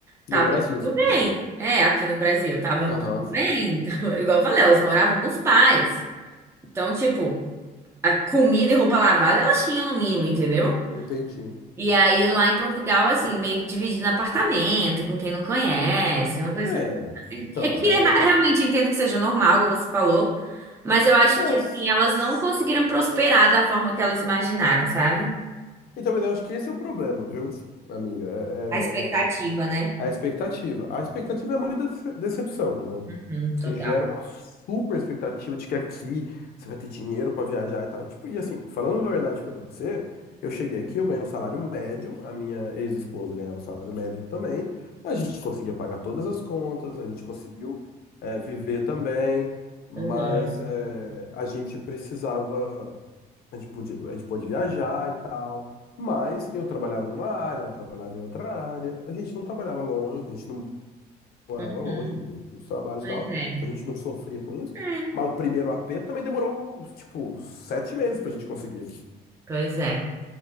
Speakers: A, on the right; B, on the left.
A: Tava
B: No Brasil,
A: tudo
B: você
A: bem.
B: diz.
A: É, aqui no Brasil, tava
B: Aham,
A: tudo bem. <laughs> Tava- igual eu falei, elas moravam com os pais. Então, tipo, a comida e roupa lavada elas tinham no mínimo, entendeu?
B: entendi.
A: E aí lá em Portugal, assim, meio que dividindo apartamento com quem não conhece, uma coisa.
B: É,
A: assim.
B: então,
A: É que
B: é,
A: eu realmente
B: é,
A: entendo que seja normal, como você falou, mas eu acho
B: é-
A: que,
B: é, s-
A: assim, elas
B: s-
A: não conseguiram prosperar da forma que elas imaginaram, sabe?
B: Então, mas eu acho que esse é o problema, viu, amiga? É,
A: A expectativa,
B: é, é,
A: né?
B: A expectativa. A expectativa é a mãe da dece- decepção, né?
A: Uhum,
B: Você
A: total.
B: gera uma super expectativa de que aqui você vai ter dinheiro pra viajar e tal. Tipo, e assim, falando a verdade pra você, eu cheguei aqui, eu ganhei um salário médio, a minha ex-esposa ganhava um salário médio também. A gente conseguia pagar todas as contas, a gente conseguiu, é, viver também, mas
A: Uhum.
B: é, a gente precisava. A gente podia, a gente pode viajar e tal, mas eu trabalhava numa área, ela trabalhava em outra área, a gente não trabalhava longe, a gente não morava
A: Uhum,
B: longe do- do- dos trabalhos
A: Pois
B: e tal,
A: é.
B: então a gente não sofria com isso.
A: É,
B: Mas o primeiro AP também demorou, tipo, sete meses pra gente conseguir aqui.
A: pois é.